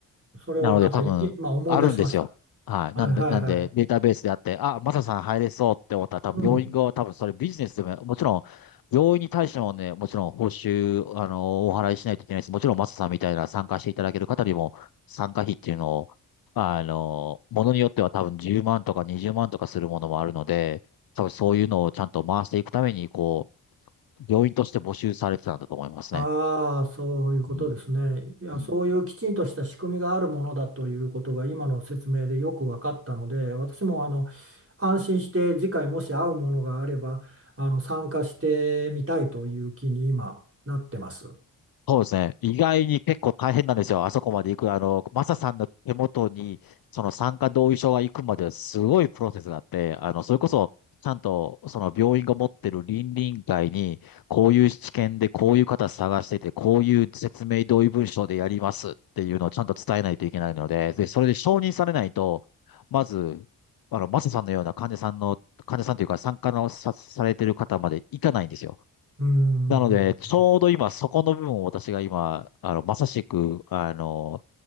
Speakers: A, on the right; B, on the left.
A: それをなんかい今思い出しました。
B: なので多分、あるんですよ。はい。
A: はいはいはい。
B: なんで、なんで、データベースであって、あ、マサさん入れそうって思ったら、多分、
A: うん。
B: 病院側は多分、それビジネスでも、もちろん、病院に対してもね、もちろん、報酬、あの、お払いしないといけないです。もちろん、マサさんみたいな参加していただける方にも、参加費っていうのを、あの、ものによっては多分、10万とか20万とかするものもあるので、多分、そういうのをちゃんと回していくために、こう、病院として募集されてたんだと思いますね。
A: ああ、そういうことですね。
B: うん。
A: いや、
B: うん
A: そういうきちんとした仕組みがあるものだということが今の説明でよく分かったので、私もあの安心して次回もし会うものがあれば、あの参加してみたいという気に今なってます。
B: そうですね。意外に結構大変なんですよ。あそこまで行く。あの、マサさんの手元に、その参加同意書が行くまですごいプロセスがあって、あの、それこそ、ちゃんと、その病院が持ってる倫理委員会に、こういう知見で、こういう方探してて、こういう説明同意文書でやりますっていうのをちゃんと伝えないといけないので、で、それで承認されないと、まず、あの、マサさんのような患者さんの、患者さんというか、参加のさ、されてる方まで行かないんですよ。
A: うんうんうん
B: なので、ちょうど今、そこの部分を私が今、あの、まさしく、あの、